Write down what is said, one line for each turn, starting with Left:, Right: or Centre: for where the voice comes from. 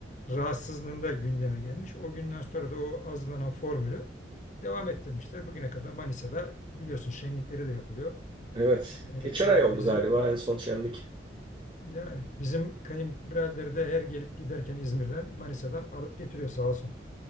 Left: rahatsızlığında gündeme gelmiş. O günden sonra da o hazırlanan formülü devam ettirmişler. Bugüne kadar Manisa'da biliyorsun şenlikleri de yapılıyor.
Right: Evet.
Left: E,
Right: Geçen
Left: e,
Right: ay oldu
Left: biz
Right: galiba en son şenlik.
Left: yani bizim kayınbirader de her gelip giderken İzmir'den Manisa'dan alıp getiriyor sağ olsun.